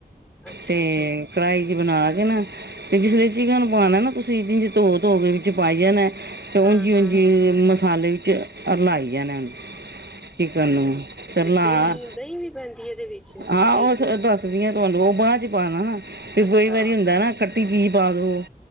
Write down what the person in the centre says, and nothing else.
ਅੱਛਾ-ਅੱਛਾ
ਹਾਂ-ਹਾਂ
ਦਂਈ, ਦਂਈ ਵੀ ਪੈਂਦੀ ਏ ਏਦੇ ਵਿੱਚ।
ਕਈ
ਅੱਛਾ